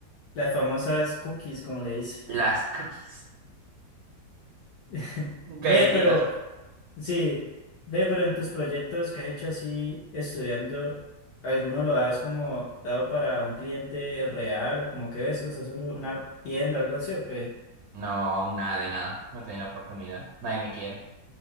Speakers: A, on the left; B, on the right.
A: Las famosas cookies, como le dice.
B: Las cookies.
A: <laughs> Ve,
B: Galletitas.
A: pero, sí, ve, pero en tus proyectos que has hecho así, estudiando, ¿alguno lo has como dado para un cliente real o como que ves, lo estás haciendo una tienda, algo así o qué?
B: No, aún nada de nada. No he tenido la oportunidad. Nadie me quiere.